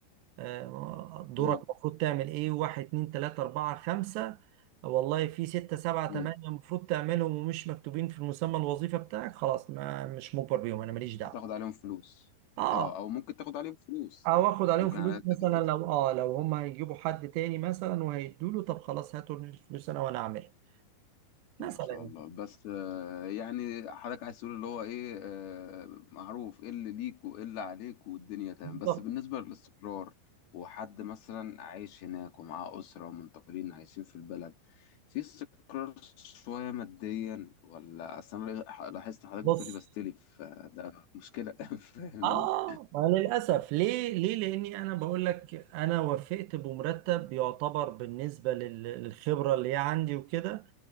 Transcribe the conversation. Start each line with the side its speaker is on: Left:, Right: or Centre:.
Right: آه، دورك
Left: مم.
Right: المفروض تعمل ايه واحد اتنين تلاتة اربعة خمسة والله في ستة سبعة
Left: مم.
Right: تمانية المفروض تعملهم ومش مكتوبين في المسمى الوظيفي بتاعك خلاص ما مش مجبر بيهم انا ماليش دعوة
Left: هتاخد عليهم فلوس
Right: اه
Left: اه او ممكن تاخد عليهم فلوس
Right: او اخد عليهم
Left: ممكن
Right: فلوس
Left: عليها
Right: مثلا
Left: تاخد
Right: لو اه لو هم هيجيبوا حد تاني مثلا وهيدوا له طب خلاص هاتوا الفلوس انا وانا اعملها مثلا
Left: ما شاء
Right: يعني
Left: الله بس آه، يعني حضرتك عايز تقول اللي هو ايه آه، معروف ايه اللي ليك وايه اللي عليك والدنيا تمام
Right: بالظبط
Left: بس بالنسبة للاستقرار وحد مثلا عايش هناك ومعاه أسرة ومنتقلين عايشين في البلد في استقرار شوية ماديا ولا أصل أنا لاحظت حضرتك
Right: بص
Left: بتقولي بستلف فده مشكلة <laughs> فاهمني؟
Right: اه ما للاسف ليه ليه لاني انا بقول لك انا وافقت بمرتب يعتبر بالنسبه لل- للخبره اللي هي عندي وكده